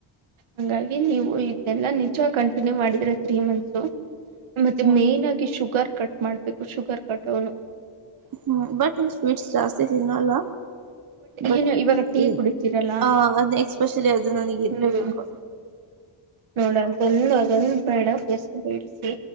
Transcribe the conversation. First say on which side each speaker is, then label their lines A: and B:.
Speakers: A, on the right; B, on the right.
A: ಹಂಗಾಗಿ ನೀವು ಇದೆಲ್ಲಾ ನಿಜ ಕಂಟಿನ್ಯೂ ಮಾಡಿದ್ರೆ ತ್ರೀ ಮಂತ್ಸು. ಮತ್ತೆ
B: ಹ್ಮ್
A: ಮೇನ್ ಆಗಿ ಶುಗರ್ ಕಟ್ ಮಾಡ್ಬೇಕು ಶುಗರ್ ಕಟ್ಡೋನು.
B: ಹ್ಮ್ ಬಟ್ನ ಸ್ವೀಟ್ಸ್ ಜಾಸ್ತಿ ತಿನ್ನಲ್ಲ. ಬಟ್
A: ಏನು ಇವಾಗ ಟೀ
B: ಏ
A: ಕುಡಿತೀರಲ್ಲ
B: ಆ ಅದ್ ಎಸ್ಪೆಷಲಿ ಅದು ನನಿಗ್ ಇರ್ಲೇಬೇಕು.
A: ಹ್ಮ್ ನೋಡ ಬಂದು ಅದೊಂದ್ ಬೇಡ ಅಭ್ಯಸ ಬೆಳ್ಸಿ.